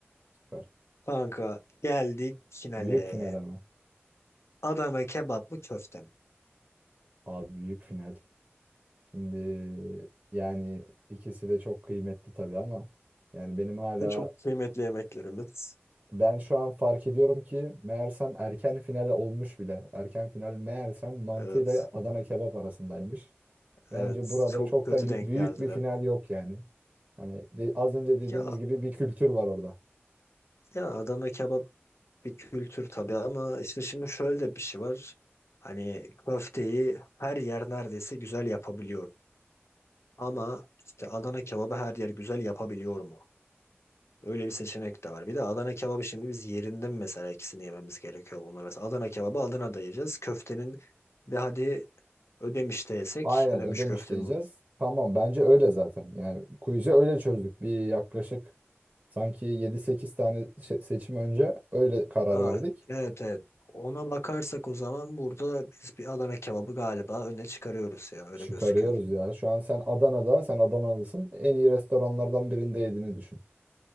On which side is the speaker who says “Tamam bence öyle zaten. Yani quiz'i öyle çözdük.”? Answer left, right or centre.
Right